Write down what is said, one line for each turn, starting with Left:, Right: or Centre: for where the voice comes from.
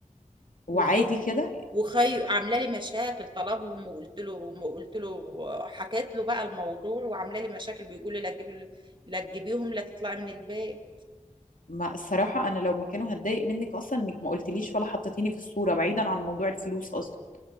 Left: وعادي
Right: وخايفة
Left: كده
Right: وخي عامله لي مشاكل طلبهم وقلت له وقلت له حكيت له بقى الموضوع وعامله لي مشاكل بيقول لي لا تجيبي لا تجيبيهم لا تطلعي من البيت
Left: ما الصراحة انا لو مكانه هتضايق منك اصلا انك ما قلتليش ولا حطيتيني في الصورة بعيدا عن موضوع الفلوس اصلا